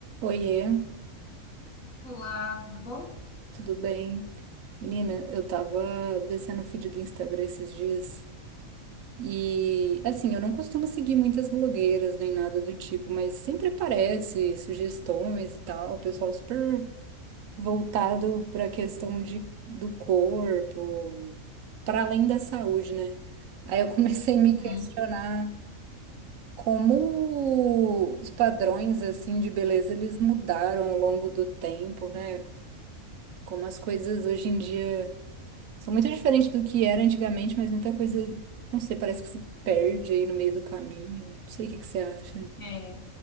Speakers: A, on the right; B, on the left.
A: Oiê,
B: Olá, tudo bom?
A: tudo bem? Menina, eu tava descendo o feed do Instagram esses dias e, assim, eu não costumo seguir muitas blogueiras nem nada do tipo, mas sempre aparece sugestões e tal, o pessoal super voltado pra questão de, do corpo, pra além da saúde, né? Aí eu <laughs> comecei
B: Uhum.
A: a me questionar como os padrões, assim, de beleza eles mudaram ao longo do tempo, né? Como as coisas hoje em dia São muito diferentes do que era antigamente, mas muita coisa, não sei, parece que se perde aí no meio do caminho. Não sei o que que você acha.
B: É,